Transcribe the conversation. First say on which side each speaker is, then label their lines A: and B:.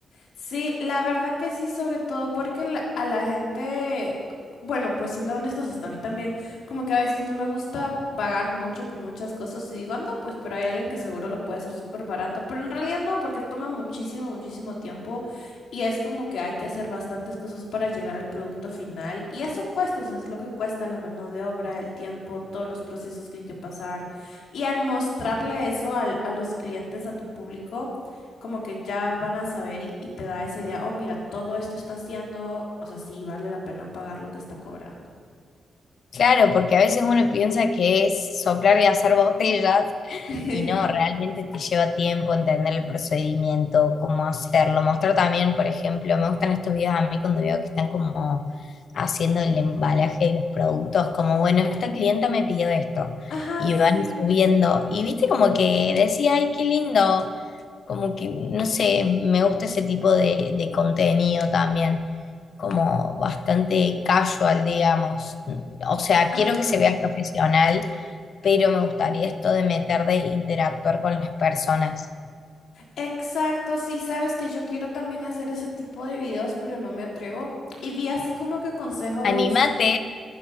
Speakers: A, on the left; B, on the left.
A: Sí, la verdad que sí, sobre todo porque la- a la gente, bueno, pues siendo honestos, hasta a mí también, como que a veces no me gusta pagar mucho por muchas cosas y digo, no, pues, pero hay alguien que seguro lo puede hacer súper barato, pero en realidad no, porque toma muchísimo, muchísimo tiempo y es como que hay que hacer bastantes cosas para llegar al producto final y eso cuesta, eso es lo que cuesta la mano de obra, el tiempo, todos los procesos que hay que pasar y al mostrarle eso al- a los clientes, a tu público como que ya van a saber y, y te da esa idea, oh, mira, todo esto está haciendo, o sea, sí, vale la pena pagar lo que está cobrando.
B: Claro, porque a veces uno piensa que es soplar y hacer botellas
A: <laughs>
B: y no, realmente te lleva tiempo entender el procedimiento, cómo hacerlo. Mostrar también, por ejemplo, me gustan estos videos a mí cuando veo que están como haciendo el
A: Ujú.
B: embalaje de los productos, como, bueno, esta clienta me pidió esto
A: Ajá,
B: y
A: sí.
B: van subiendo. Y viste como que decía, ay, qué lindo. Como que, no sé, me gusta ese tipo de, de contenido también, como bastante casual, digamos. O sea,
A: Ajá.
B: quiero que se vea profesional, pero me gustaría esto de meter de interactuar con las personas.
A: Exacto, sí, sabes que yo quiero también hacer ese tipo de videos, pero no me atrevo. Y vi así como que consejos
B: ¡Anímate!